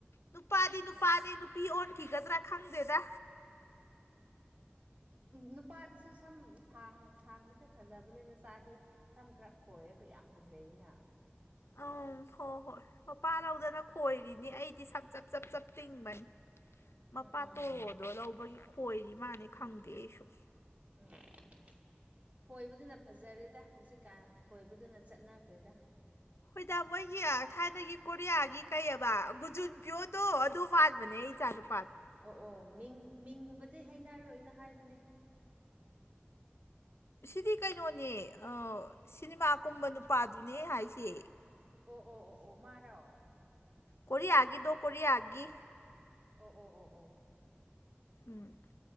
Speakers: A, on the left (about 80°); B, on the right (about 35°).
A: ꯅꯨꯄꯥꯗꯤ ꯅꯨꯄꯥꯅꯤ
B: ꯑꯣ
A: ꯅꯨꯄꯤ ꯑꯣꯟꯈꯤꯒꯗ꯭ꯔꯥ ꯈꯪꯗꯦꯗ
B: ꯅꯨꯄꯥꯗꯁꯨ ꯁꯝ ꯁꯥꯡꯕꯁꯦ ꯐꯖꯕꯅꯤꯅ ꯆꯥꯗꯤ ꯁꯝ ꯈꯔ ꯈꯣꯏꯔꯒ ꯌꯥꯝ ꯐꯖꯩꯅ
A: ꯑꯪ ꯍꯣꯏ ꯍꯣꯏ ꯃꯄꯥ ꯂꯧꯗꯅ ꯈꯣꯏꯔꯤꯅꯤ ꯑꯩꯗꯤ ꯁ ꯆꯞ ꯆꯞ ꯆꯞ ꯇꯤꯡꯕꯅꯤ ꯃꯄꯥ
B: ꯎꯝ ꯎꯝ
A: ꯇꯣꯔꯣꯗꯣ ꯂꯧꯕꯒꯤ ꯈꯣꯏꯔꯤ ꯃꯥꯅꯤ ꯈꯪꯗꯦ ꯑꯩꯁꯨ
B: ꯎꯝ ꯎꯝ ꯈꯣꯏꯕꯗꯨꯅ ꯐꯖꯔꯦꯗ ꯍꯧꯖꯤꯛ ꯀꯥꯟꯅ ꯈꯣꯏꯕꯗꯨꯅ ꯆꯠꯅꯈ꯭ꯔꯦꯗ
A: ꯍꯣꯏꯗ ꯃꯣꯏꯒꯤ ꯊꯥꯏꯅꯒꯤ ꯀꯣꯔꯤꯌꯥꯒꯤ ꯀꯩꯑꯕ ꯒꯨꯖꯨꯟ ꯄꯤꯌꯣꯗꯣ ꯑꯗꯨ ꯃꯥꯟꯕꯅꯦ ꯏꯆꯥꯅꯨꯄꯥ
B: ꯑꯣ ꯑꯣ ꯃꯤꯡ ꯃꯤꯡꯒꯨꯝꯕꯗꯤ ꯍꯥꯏꯅꯔꯔꯣꯏꯅ ꯍꯥꯏꯕꯅꯦ
A: ꯁꯤꯗꯤ ꯀꯩꯅꯣꯅꯦ ꯁꯤꯅꯤꯃꯥ ꯀꯨꯝꯕ ꯅꯨꯄꯥꯗꯨꯅꯦ ꯍꯥꯏꯁꯦ
B: ꯑꯣ ꯑꯣ ꯑꯣ ꯑꯣ ꯃꯥꯔꯣ
A: ꯀꯔꯤ ꯑꯒꯦꯗꯣ ꯀꯔꯤ ꯑꯦ
B: ꯑꯣ ꯑꯣ ꯑꯣ ꯑꯣ
A: ꯎꯝ